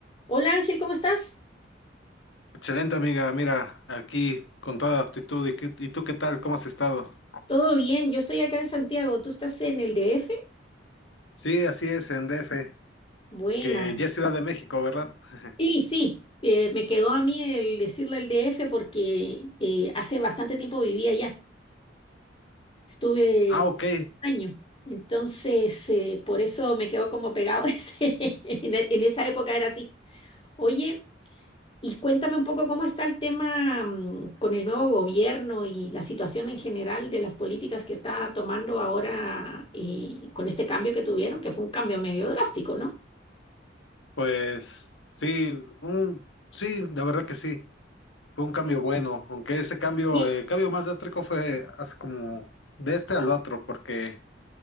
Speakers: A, on the left; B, on the left.
A: Hola Ángel, ¿cómo estás?
B: Excelente amiga, mira, aquí con toda actitud. ¿Y, qué- y tú qué tal? ¿Cómo has estado?
A: Todo bien, yo estoy acá en Santiago, ¿tú estás en el DF?
B: Sí, así es, en DF,
A: Buena.
B: que ya es Ciudad de México, ¿verdad? <laughs>
A: Sí, sí, eh, me quedó a mí el decirle el DF porque eh, hace bastante tiempo vivía allá, estuve
B: Ah, ok,
A: un año, entonces eh, por eso me quedó como pegado <laughs> ese, en, e- en esa época era así. Oye, Y cuéntame un poco cómo está el tema mm, con el nuevo gobierno y la situación en general de las políticas que está tomando ahora eh, con este cambio que tuvieron, que fue un cambio medio drástico, ¿no?
B: pues sí, un, sí, la verdad que sí, fue un cambio bueno, aunque ese cambio,
A: Sí,
B: el cambio más drástico fue hace como de este al otro, porque